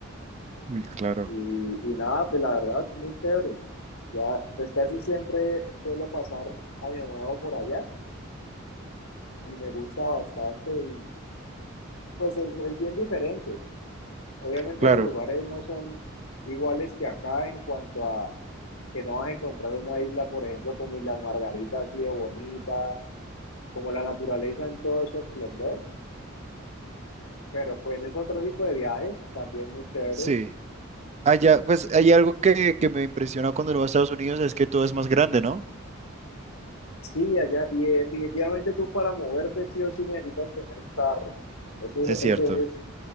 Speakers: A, on the right; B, on the left.
A: Uy, claro,
B: y, y nada, pues la verdad, muy chévere. Ya, pues casi siempre suelo pasar año nuevo por allá y me gusta bastante, el- pues es, es bien diferente. Obviamente
A: claro,
B: los lugares no son iguales que acá en cuanto a que no vas a encontrar una isla, por ejemplo, como Islas Margaritas, así de bonita, como la naturaleza en todo su esplendor, pero pues es otro tipo de viaje, también muy chévere.
A: sí. Allá, pues hay algo que, que me impresiona cuando uno va a Estados Unidos es que todo es más grande, ¿no?
B: Sí, allá, y definitivamente tú para moverte sí o sí necesitas tener un carro. Ese,
A: Es
B: ese
A: cierto.
B: es,